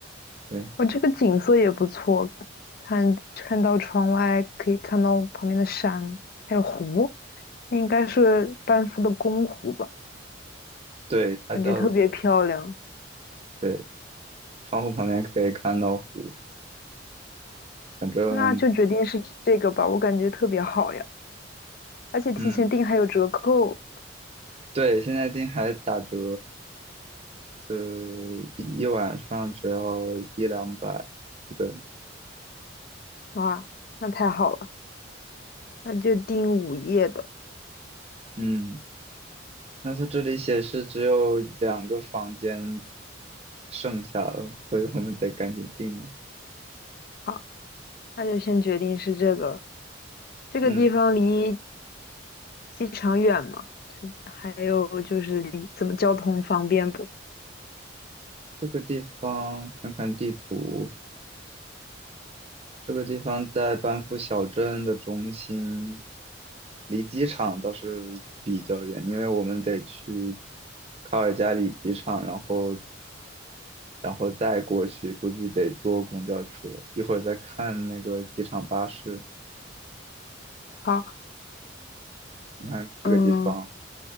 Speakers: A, on the right; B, on the left.
A: 对，
B: 我这个景色也不错，看看到窗外可以看到旁边的山，还有湖，那应该是班夫的公湖吧，
A: 对，它叫，
B: 感觉特别漂亮。
A: 对，窗户旁边可以看到湖，反正，
B: 那就决定是这个吧，我感觉特别好呀，而且提前订还有折扣，
A: 嗯，对，现在进还打折呃，一一晚上只要一两百一个人，
B: 哇，那太好了，那就订午夜的，
A: 嗯，那它这里显示只有两个房间剩下了，所以我们得赶紧定了。
B: 好，那就先决定是这个了这个地方离
A: 嗯，
B: 机场远吗？就还有就是离怎么交通方便不？
A: 这个地方看看地图，这个地方在班夫小镇的中心，离机场倒是比较远，因为我们得去卡尔加里机场，然后然后再过去，估计得坐公交车。一会儿再看那个机场巴士。
B: 好，
A: 你看这个地方，
B: 嗯